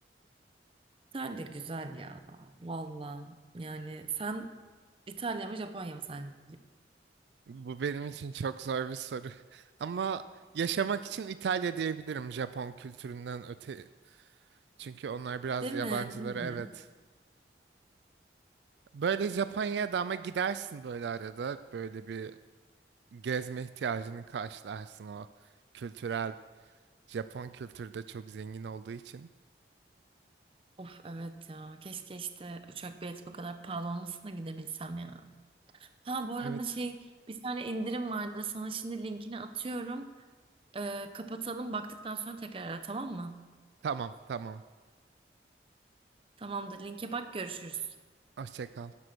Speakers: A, on the right; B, on the right.
A: Sen de güzel ya. Valla. Yani sen İtalya mı Japonya mı sence?
B: Bu benim için çok zor bir soru. <laughs> Ama yaşamak için İtalya diyebilirim Japon kültüründen öte. Çünkü onlar biraz
A: Değil mi?
B: yabancılara
A: Değil mi?
B: evet. Böyle Japonya'ya da ama gidersin böyle arada. Böyle bir gezme ihtiyacını karşılarsın o kültürel. Japon kültürü de çok zengin olduğu için.
A: Of evet ya. Keşke işte uçak bileti bu kadar pahalı olmasına gidebilsem ya. Ha bu arada
B: Evet.
A: şey bir tane indirim vardı. Sana şimdi linkini atıyorum. Ee, kapatalım. Baktıktan sonra tekrar ara tamam mı?
B: Tamam tamam.
A: Tamamdır. Linke bak görüşürüz.
B: Hoşça kal.